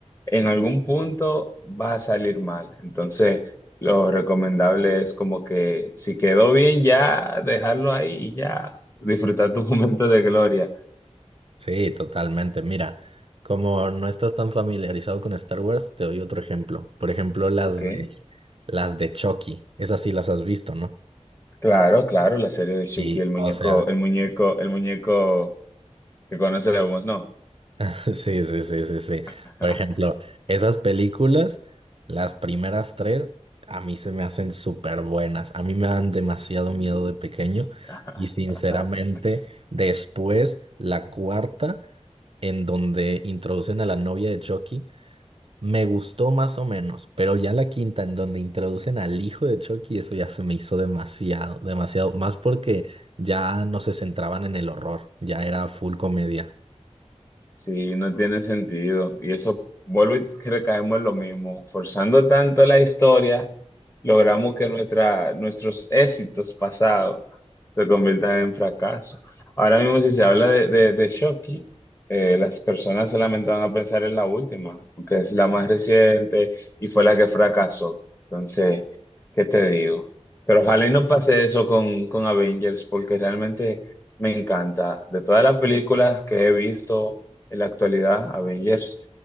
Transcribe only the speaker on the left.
en algún punto va a salir mal. Entonces... Lo recomendable es como que si quedó bien ya, dejarlo ahí y ya, disfrutar tu <laughs> momento de gloria.
Ok,
claro, claro, la serie de Chucky,
el muñeco,
el muñeco, el muñeco que conocemos, ¿no?
<laughs>
Sí,
<laughs>
Sí, no tiene sentido. Y eso, vuelvo y recaemos en lo mismo. Forzando tanto la historia, logramos que nuestra, nuestros éxitos pasados se conviertan en fracaso. Ahora mismo, si se habla de, de, de Shoki, eh, las personas solamente van a pensar en la última, porque es la más reciente y fue la que fracasó. Entonces, ¿qué te digo? Pero ojalá y no pase eso con, con Avengers, porque realmente me encanta. De todas las películas que he visto en la actualidad, Avengers,